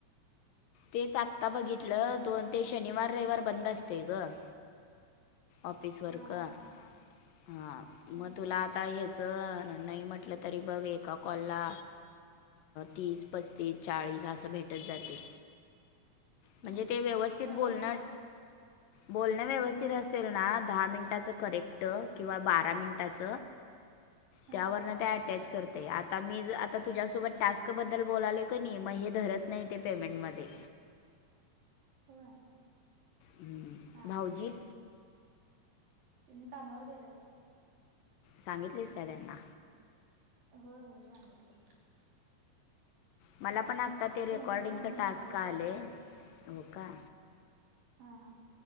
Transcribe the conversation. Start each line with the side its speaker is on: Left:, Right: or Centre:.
Left: तेच आत्ता बघितलं,
Right: खात
Left: दोन ते शनिवार रविवार बंद असतय गं. ऑफिस वर्क
Right: हा हा
Left: हा,
Right: हा होय
Left: मग तुला आ आता हेच नाही म्हटलं तरी, बघ एका कॉल ला. तीस पस्तीस चाळीस असं भेटत जातंय.
Right: ह
Left: म्हणजे ते व्यवस्थित
Right: त्यावर
Left: बोलण, बोलणं व्यवस्थित
Right: हा
Left: अस
Right: हा
Left: ना दहा मिनिटाच करेक्ट, किंवा बारा मिनटाच.
Right: हा
Left: त्यावर ना त्या तेच करते. आता मी आता तुझ्यासोबत टास्क बद्दल बोलालोय कणी, नाही मग हे धरत नाही ते पेमेंट मध्ये.
Right: होय.
Left: हम्म,
Right: हा
Left: भाऊजी.
Right: तेन्ही कामावर. गेलेत
Left: सांगितलीस काय त्यांना.
Right: होय होय सांगितले.
Left: मला पण आता ते, रेकॉर्डिंगचा
Right: त्यांचाच नंबर
Left: टास्क
Right: घेतला
Left: आले हो का.
Right: हां हां.